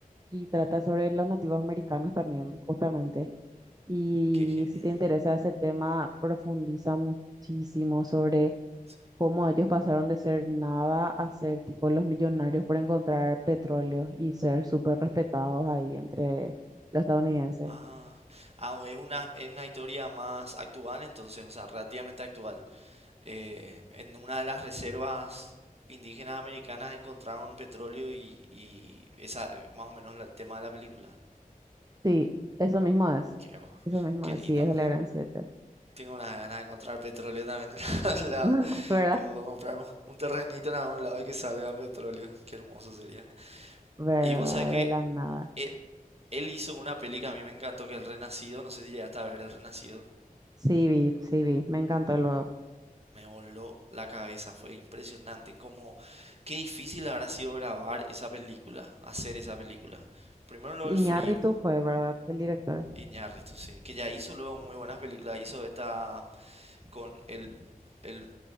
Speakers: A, on the right; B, on the right.
A: y trata sobre los nativos americanos también, justamente. Y
B: Qué genial.
A: si te interesa ese tema, profundiza muchísimo sobre
B: Sí.
A: cómo ellos pasaron de ser nada a ser tipo los millonarios por encontrar petróleo y ser súper respetados ahí entre los estadounidenses.
B: Ah, ah, o es una, es una historia más actual entonces, o sea, relativamente actual. Eh, en una de las reservas indígenas americanas encontraron petróleo y, y esa, más o menos la- el tema de la película.
A: Sí, eso mismo es.
B: Qué, bo-
A: Eso mismo
B: qué
A: es,
B: lindo.
A: sí, es de la Gran Siete.
B: Tengo unas ganas de encontrar petróleo también en <laughs> algún lado.
A: <laughs> ¿Verdad?
B: Tipo, comprar un terrenito en algún lado y que salga petróleo. Qué hermoso sería.
A: ¿Verdad?
B: Y vos sabés que
A: De la nada.
B: él, él hizo una peli que a mí me encantó, que es El Renacido. No sé si llegaste a ver El Renacido.
A: Sí, vi, sí, vi, me encantó luego.
B: Me voló la cabeza, fue impresionante. Como, qué difícil habrá sido grabar esa película, hacer esa película. Primero
A: Sí,
B: lo del
A: Iñárritu
B: frío,
A: fue, ¿verdad? El director.
B: Iñárritu, sí, que ya hizo luego muy buenas películas. Hizo esta con el, el,